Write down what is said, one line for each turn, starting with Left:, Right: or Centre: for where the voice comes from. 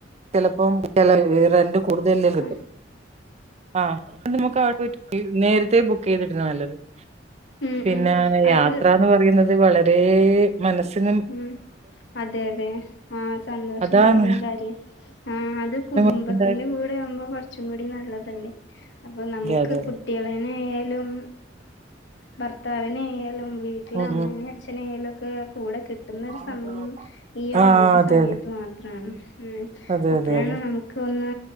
Right: ചിലപ്പോ ചില റെന്റ് കൂടുതലെല്ലാം കിട്ടും
Left: ആഹ്
Right: ആഹ് അത് നമുക്ക് അവിടെ പോയിട്ട് നേരത്തെ ബുക്ക് ചെയ്തിടുന്നതാ നല്ലത്
Left: ഉം
Right: പിന്നെ
Left: ഉം അത്
Right: യാത്രാന്ന് പറയുന്നത് വളരെ മനസിന്
Left: മ്മ് അതെ അതെ ആഹ് സന്തോഷം
Right: അതാണ്
Left: തരുന്ന കാര്യം ആഹ് അത് കുടുംബത്തിന്റെ
Right: ഉം അതെ
Left: കൂടെയാകുമ്പോ കുറച്ചും കൂടി നല്ലതല്ലേ അപ്പൊ നമുക്ക്
Right: അതെ
Left: കുട്ടികളന്നെ
Right: അതെ
Left: ആയാലും ഭർത്താവന്നെ ആയാലും വീട്ടില്
Right: ഉം
Left: അമ്മേനെ അച്ഛനെയും ഒക്കെ കൂടെ കിട്ടുന്ന
Right: ഉം
Left: ഒരു സമയം ഈ ഒരു
Right: ആഹ്
Left: അവധി
Right: അതെ
Left: സമയത്ത് മാത്ര മാണ്
Right: അതെ അതെ
Left: അപ്പോഴാണ്
Right: അതെ അതെ
Left: നമുക്ക് ക്ക് ഒന്ന്